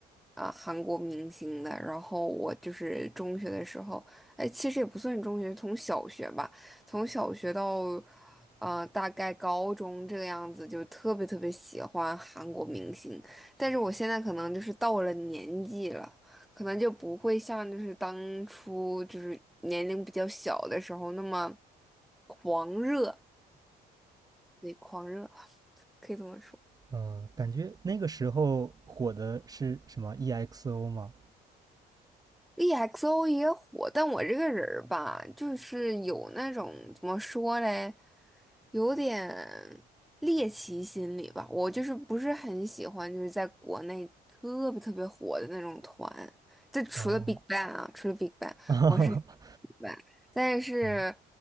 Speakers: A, in the centre; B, on the right (about 20°).
A: 啊、韩国明星的，然后我就是中学的时候，哎，其实也不算中学，从小学吧，从小学到呃大概高中这个样子，就特别特别喜欢韩国明星，但是我现在可能就是到了年纪了，可能就不会像就是当初就是年龄比较小的时候那么狂热。对，狂热，<laughs> 可以这么说。
B: 嗯、感觉那个时候火的是什么 EXO 吗？
A: EXO 也火，但我这个人儿吧，就是有那种怎么说嘞，有点猎奇心理吧。我就是不是很喜欢，就是在国内特别特别火的那种团。就除了
B: 哦，
A: BigBang 啊，除了 BigBang，
B: <laughs>
A: 我是 b i 但是，
B: 哦，